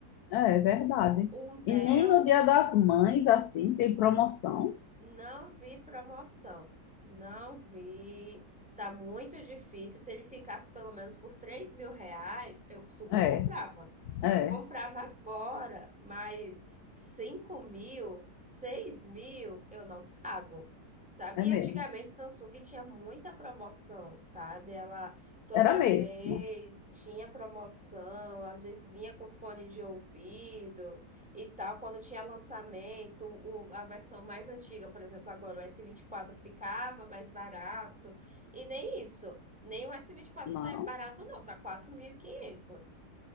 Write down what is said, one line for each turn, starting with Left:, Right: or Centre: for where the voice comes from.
Left: É, é verdade.
Centre: Um Dell,
Left: E nem no Dia das Mães, assim, tem promoção.
Centre: Não vi promoção. Não vi. Tá muito difícil. Se ele ficasse pelo menos por três mil reais, eu super
Left: É,
Centre: comprava.
Left: é,
Centre: Comprava agora, mas cinco mil, seis mil eu não pago, sabe?
Left: é
Centre: E
Left: mesmo.
Centre: antigamente Samsung tinha muita promoção, sabe? Ela toda
Left: Era mesmo.
Centre: vez tinha promoção, às vezes vinha com fone de ouvido e tal. Quando tinha lançamento, o- a versão mais antiga, por exemplo, agora o s vinte e quatro ficava mais barato. E nem isso, nem o s vinte e quatro
Left: Não,
Centre: tá barato, não, tá quatro mil e quinhentos